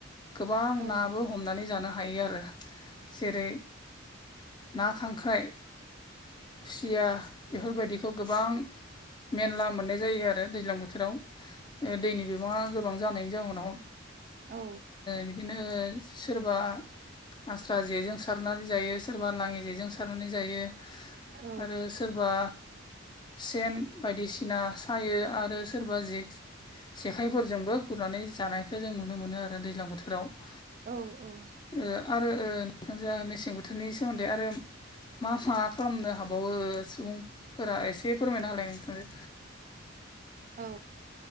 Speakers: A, on the left (about 20°); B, on the right (about 40°).
A: गोबां
B: औ
A: नाबो हमनानै जानो हायो आरो जेरै ना खांख्राइ खुसिया बेफोरबायदिखौ गोबां मेनला मोननाय जायो आरो दैज्लां बोथोराव दैनि बिबाङा गोबां जानायनि जाउनाव ओ
B: औ
A: बिदिनो सोरबा आस्रा जेजों सारनानै जायो सोरबा लाङि जेजों सारनानै जायो
B: औ
A: आरो सोरबा सेन बायदिसिना सायो आरो सोरबा जे जेखाइफोरजोंबो गुरनानै जानायखौ जों नुनो मोनो आरो दैज्लां बोथोराव
B: औ औ
A: ओ आरो ओ नोंथां जों मेसें बोथोरनि सोमोन्दै आरो मा मा खालामनो हाबावो सुबुंफोरा एसे फोरमायनो हालाय नोंथांजो
B: औ